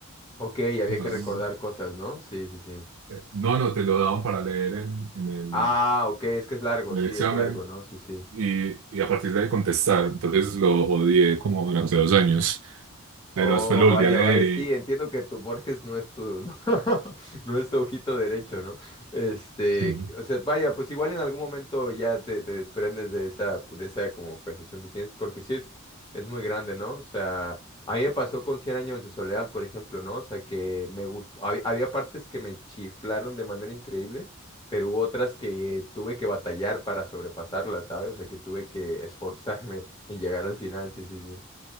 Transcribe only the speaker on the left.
Ok, había
que recordar cosas, ¿no? Sí, sí, sí.
Ah, ok, es que es largo,
sí,
es largo, ¿no? Sí, sí.
Oh,
vaya,
vaya, sí,
entiendo que tu Borges no es tu, no, <laughs> no es tu ojito derecho, ¿no? Este,
o sea, vaya, pues igual en algún momento ya te, te desprendes de esa, de esa como percepción que tienes, porque sí es, es muy grande, ¿no? O sea, a mí me pasó con cien años de soledad, por ejemplo, ¿no? O sea, que me gustó, hab- había partes que me chiflaron de manera increíble, pero hubo otras que tuve que batallar para sobrepasarlas, ¿sabes? O sea, que tuve que esforzarme en llegar al final, sí sí, sí,